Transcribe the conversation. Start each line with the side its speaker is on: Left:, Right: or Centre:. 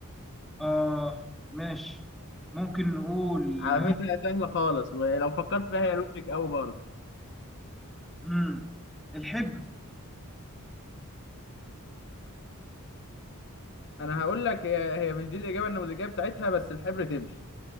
Centre: آه ماشي ممكن نقول
Left: على فكره هي سهله خالص ولو فكرت فيها هي لوجيك قوي برضه
Centre: مم. الحبر
Left: انا هقول لك هي هي مش دي الاجابه النموذجيه بتاعتها بس الحبر تمشي